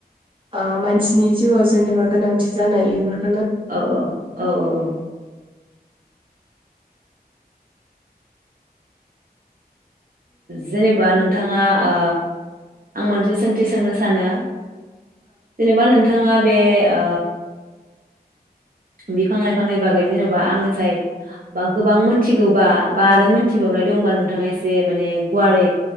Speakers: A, on the right; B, on the right.
A: ओ मानसिनि जिउआव जेनेबा गोनांथि जानाय बेफोरखौ
B: औ औ औ औ औ जेनेबा नों नोंथाङा ओ आं मानसे सों थि सोंनो सानो जेनेबा नों थाङा बे ओ बिफां लाइफांनि बागै जेन'बा आंनि साय बा गोबां थिगौबा बा आरो मोनथिबावनाय दंबा नोंथाङा एसे माने गुवारै